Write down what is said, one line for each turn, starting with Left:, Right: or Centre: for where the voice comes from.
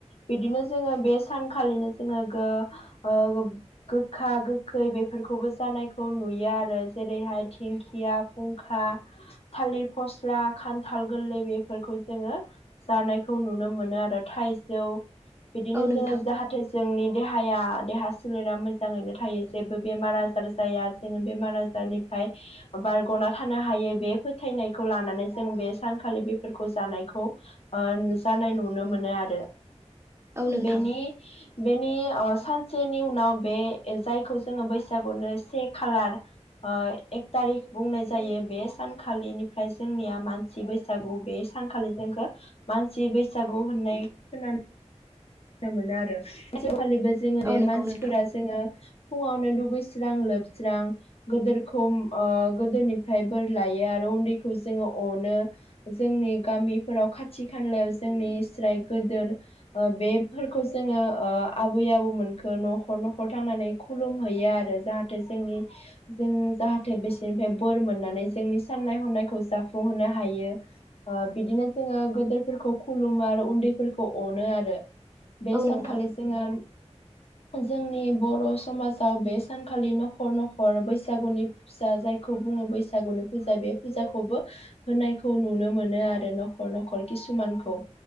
Left: बिदिनो जोङो बे सानखालिनो जोङो ओ ओ गोखा गोखै बेफोरखौबो जानायखौ नुयो आरो जेरैहाय दिंखिया फुंखा थालिर फस्ला खान्थाल गोरलै बेफोरखौ जोङो जानायखौ नुनो मोनो आरो थाइजौ बिदिनो
Right: औ नोंथां
Left: जोङो जाहा थे जोंनि देहाया देहा सोलेरा मोजाङैनो थायो जेबो बेमार आजार जाया जोङो बेमार आ जारनिफ्राय निफ्राय बारग'ना थानो हायो बे फोथायनायखौ लानानै जों बे सानखालि बेफोरखौ जानायखौ ओ नु जानाय नुनो मोनो आरो।
Right: औ नोंथां
Left: बेनि बेनि ओ सानसेनि उनाव बे जायखौ जोङो बैसागुनो से खालार ऐ एक थारिख बुंनाय जायो बे सानखालिनिफ्राय जोंनिया मानसि बै सागु बे सानखालि जोंखो मानसि बैसागु होननाय खोना नो मोनो आरो <inaudible> खालिबो जोङो बे
Right: औ नंगौ
Left: मानसिफोरा
Right: नोंथां
Left: जोङो फुङावनो दुगैस्रां लोबस्रां गोदोरखौ ओ गोदोनिफ्राय बोर लायो आरो उन्दैखौ जोङो अनो जोंनि गामिफोराव खाथि खालायाव जोंनि स्राय गोदोर ओ बे फोरखौ जोङो आबै आबौ मोनखो न'खर न'खर थांनानै खुलुम हैैयो आरो जाहा जोंनि जों जाहाथे बिसोरनिफ्राय बोर मोननानै जोंनि साननाय हनायखौ जा जाफुंहोनो हायो। ओ बिदिनो जोङो गोदोरफोरखौ खुलुमो आरो उन्दैफोरखौ अनो आरो। बे
Right: औ
Left: सानखालि
Right: नोंथां
Left: जोङो जोंनि बर' समाजाव बे सानखालि न'खर न'खर बैसागुनि फिसा जायखौ बुङो बैसागुनि फुजा बे फुजाखौबो होनायखौ नुनो मोनो आरो न'खर न'खर किसुमानखौ।